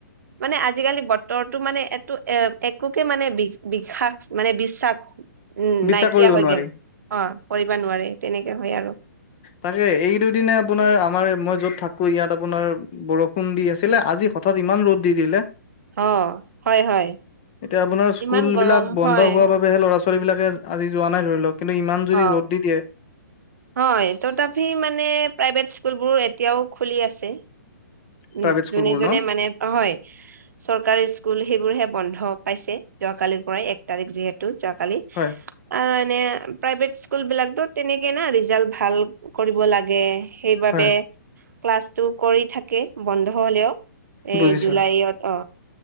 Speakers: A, on the right; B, on the left.
A: মানে আজিকালি বতৰটো মানে এটো এ একোকে মানে বি- বিশাস- মানে বিশ্বাস উম,
B: বিশ্বাস
A: নাইকিয়া
B: কৰিব
A: হৈ
B: নোৱাৰি
A: গেল। অ' কৰিবা নোৱাৰে। তেনেকে হয় আৰু।
B: তাকে। এই দুদিনে আপোনাৰ আমাৰে- মই য'ত থাকোঁ, ইয়াত আপোনাৰ বৰষুণ দি আছিলে আজি হঠাৎ ইমান ৰ'দ দি দিলে।
A: অ হয় হয়
B: এতিয়া আপোনাৰ স্কুলবিলাক
A: ইমান গৰম
B: বন্ধ
A: হয়
B: হোৱা বাবেহে ল'ৰা-ছো ছোৱালীবিলাকে আজি যোৱা নাই, ধৰি লওঁক। কিন্তু ইমান যদি
A: অ
B: ৰ'দ দি দিয়ে,
A: হয়। তথাপি মানে প্ৰাইভেট স্কুলবোৰ এতিয়াও খুলি আছে। উ
B: প্ৰাইভেট স্কুলবোৰ
A: যোনে যোনে
B: ন?
A: মানে হয় চৰকাৰী স্কুল সেইবোৰ হে বন্ধ পাইছে যোৱা কালিৰ পৰাই এক তাৰিখ যিহেতু যোৱাকালি
B: হয়
A: মানে প্ৰাইভেট স্কুল বিলাকতো তেনেকে না ৰিজাল্ট ভাল কৰিব লাগে সেইবাবে
B: হয়।
A: ক্লাছটো কৰি থাক বন্ধ হলেও এই
B: বুজিছো
A: জুলাইত অ